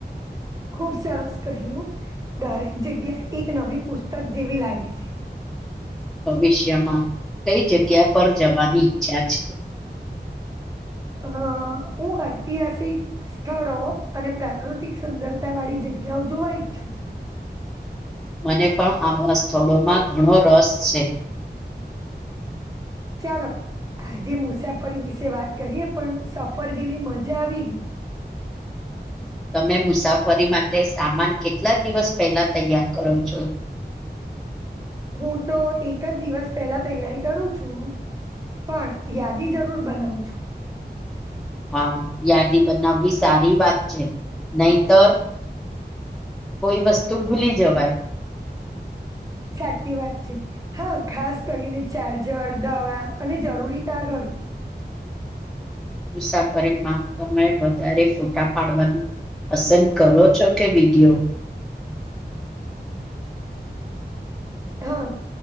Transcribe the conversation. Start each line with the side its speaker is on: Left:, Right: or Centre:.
Right: ખુબ સરસ કહ્યું દરેક જગ્યા એક નવી પુસ્તક જેવી લાગે છે.
Centre: ભવિષ્યમાં કઈ જગ્યા પર જવાની ઈચ્છા છે?
Right: હ હું ઐતિહાસિક સ્થળો અને પ્રાકૃતિક સુંદરતા વાળી જગ્યા જગ્યા જોવા ઈચ્છું છું.
Centre: મને પણ આવા સ્થળોમાં ઘણો રસ છે.
Right: ચાલો આજે મુસાફરી વિશે વાત કરીએ પણ સફર જેવી મજા આવી ગઈ.
Centre: તમે મુસાફરી માટે સામાન કેટલા દિવસ પહેલા તૈયાર કરો છો?
Right: હું તો એક જ દિવસ પેલા તૈયારી કરું છું પણ યાદી જરૂર બનાવું છું.
Centre: હા યાદી બનાવવી સારી વાત છે, નહીતર કોઈ વસ્તુ ભૂલી જવાય.
Right: સાચી વાત છે, હા ખાસ કરીને ચાર્જર, દવા અને જરૂરી કાગળ ડો.
Centre: મુસાફરીમાં સમય વધારે ફોટા પાડવાનું પસંદ કરો છો કે વિડિઓ?
Right: હા